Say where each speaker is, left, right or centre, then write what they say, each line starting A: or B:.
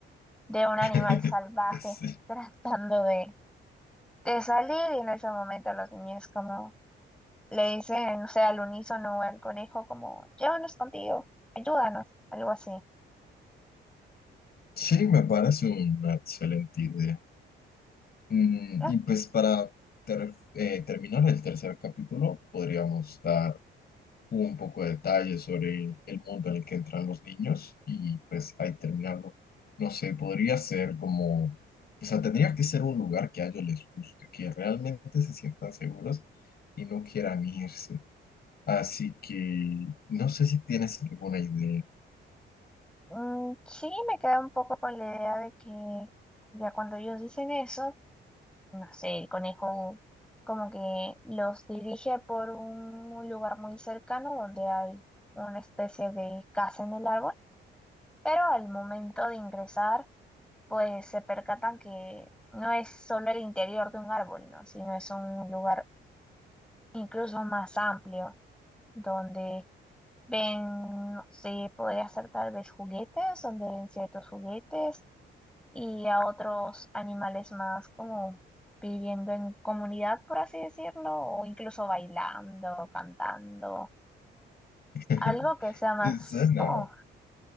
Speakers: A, in the centre; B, on the left.
A: de un
B: <laughs>
A: animal salvaje
B: Sí.
A: <laughs> tratando de, de salir. Y en ese momento los niños como le dicen, o sea, al unísono o al conejo como, llévanos contigo, ayúdanos, algo así.
B: Sí, me parece una excelente idea. Mm,
A: Ah,
B: y pues para ter- eh, terminar el tercer capítulo, podríamos dar un poco de detalle sobre el mundo en el que entran los niños y pues ahí terminarlo. No sé, podría ser como, o sea, tendría que ser un lugar que a ellos les guste, que realmente se sientan seguros y no quieran irse. Así que no sé si tienes alguna idea.
A: mm, sí, me queda un poco con la idea de que ya cuando ellos dicen eso, no sé, el conejo como que los dirige por un lugar muy cercano donde hay una especie de casa en el árbol, pero al momento de ingresar, pues se percatan que no es solo el interior de un árbol, ¿no? Sino es un lugar incluso más amplio. donde ven, no sé, podría ser tal vez juguetes, donde ven ciertos juguetes y a otros animales más como viviendo en comunidad, por así decirlo, o incluso bailando, cantando,
B: <laughs>
A: algo que sea más
B: Suena.
A: como